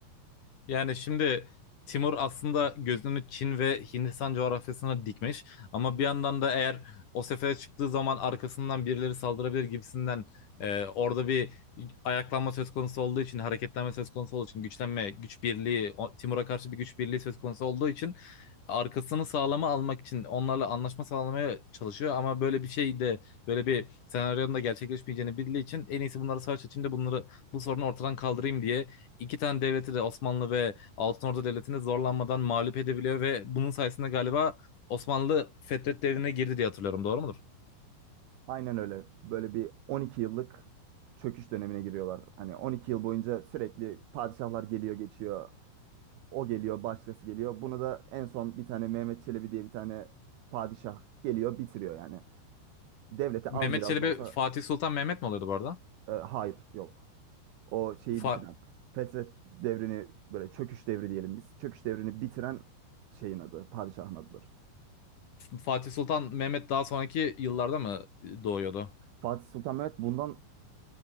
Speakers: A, on the left; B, on the right.
A: Yani şimdi Timur aslında gözünü Çin ve Hindistan coğrafyasına dikmiş ama bir yandan da eğer o sefere çıktığı zaman arkasından birileri saldırabilir gibisinden e, orada bir ayaklanma söz konusu olduğu için hareketlenme söz konusu olduğu için güçlenme güç birliği o- Timur'a karşı bir güç birliği söz konusu olduğu için arkasını sağlama almak için onlarla anlaşma sağlamaya çalışıyor ama böyle bir şey de böyle bir senaryonun da gerçekleşmeyeceğini bildiği için en iyisi bunları savaş içinde bunları bu sorunu ortadan kaldırayım diye iki tane devleti de Osmanlı ve Altınordu Devleti'ni zorlanmadan mağlup edebiliyor ve bunun sayesinde galiba Osmanlı Fetret Devri'ne girdi diye hatırlıyorum. Doğru mudur?
B: Aynen öyle. Böyle bir 12 yıllık çöküş dönemine giriyorlar. Hani 12 yıl boyunca sürekli padişahlar geliyor geçiyor. O geliyor, başkası geliyor. Bunu da en son bir tane Mehmet Çelebi diye bir tane padişah geliyor, bitiriyor yani. Devlete
A: Mehmet
B: az biraz
A: Çelebi
B: da olsa
A: Fatih Sultan Mehmet mi oluyordu bu arada?
B: e, hayır yok. O şeyi
A: Fa-
B: bitiren. Fetret devrini böyle çöküş devri diyelim biz. Çöküş devrini bitiren şeyin adı, padişahın adıdır.
A: Fatih Sultan Mehmet daha sonraki yıllarda mı doğuyordu?
B: Fatih Sultan Mehmet bundan